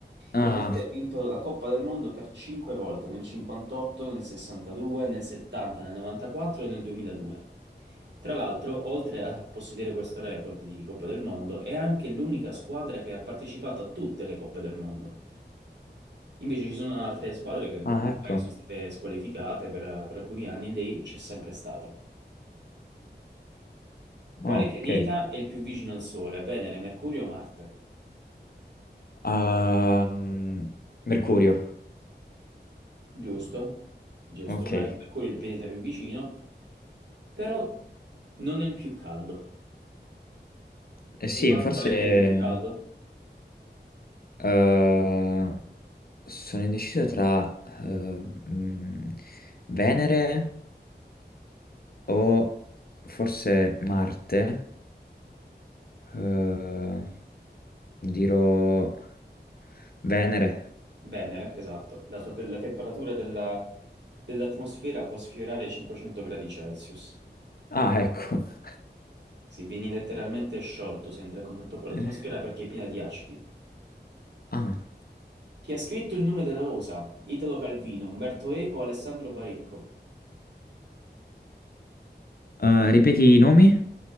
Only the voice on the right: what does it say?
Il Brasile ha vinto la Coppa del Mondo per cinque volte, nel 58, nel 62, nel 70, nel 94 e nel 2002. Tra l'altro, oltre a possedere questo record di Coppa del Mondo, è anche l'unica squadra che ha partecipato a tutte le Coppe del Mondo. Invece ci sono altre squadre che
magari
sono state squalificate per, per alcuni anni, lei c'è sempre stata. Quale
pianeta
è il più vicino al Sole? Venere, Mercurio o Marte?
Giusto? Giusto,
ma Mercurio è il pianeta più vicino. Però non è il più caldo.
Ti ricordi
qual è il pianeta più caldo?
Venere, esatto. La sua te- la temperatura della- dell'atmosfera può sfiorare i 500 gradi Celsius.
Sì, vieni letteralmente sciolto se entri a contatto con
l'atmosfera perché è piena di acidi.
Chi ha scritto Il nome della rosa? Italo Calvino, Umberto Eco, Alessandro Baricco.